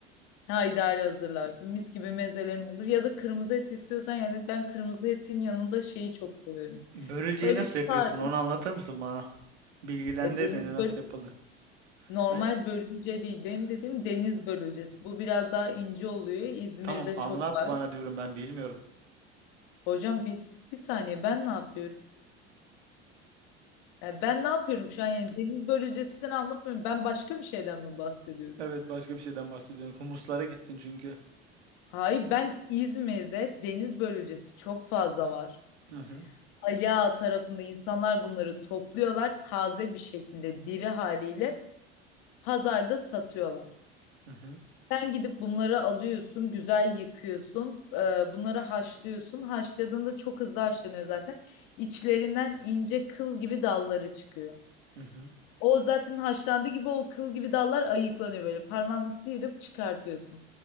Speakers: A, on the left (about 65°); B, on the right (about 85°).
A: Haydari hazırlarsın. Mis gibi mezelerin olur. Ya da kırmızı et istiyorsan yani ben kırmızı etin yanında şeyi çok seviyorum.
B: Börülceyi
A: Böyle
B: nasıl yapıyorsun?
A: sade.
B: Onu anlatır mısın bana? Bilgilendir
A: Ya deniz
B: beni nasıl
A: börü
B: yapılır.
A: normal
B: Ben...
A: börülce değil. Benim dediğim deniz börülcesi. Bu biraz daha ince oluyor. İzmir'de
B: Tamam anlat
A: çok var.
B: bana diyorum ben bilmiyorum.
A: Hocam bir, bir saniye ben ne yapıyorum? Ya ben ne yapıyorum şu an yani deniz börülcesini anlatmıyorum. Ben başka bir şeyden mi bahsediyorum?
B: Evet başka bir şeyden bahsediyorum. Humuslara gittin çünkü.
A: Hayır ben İzmir'de deniz börülcesi çok fazla var.
B: Hı hı
A: Ali Ağa tarafında insanlar bunları topluyorlar taze bir şekilde diri haliyle pazarda satıyorlar.
B: hı hı
A: Sen gidip bunları alıyorsun, güzel yıkıyorsun, e, bunları haşlıyorsun. Haşladığında çok hızlı haşlanıyor zaten. İçlerinden ince kıl gibi dalları çıkıyor.
B: hı hı.
A: O zaten haşlandığı gibi o kıl gibi dallar ayıklanıyor böyle. Parmağını sıyırıp çıkartıyorsun.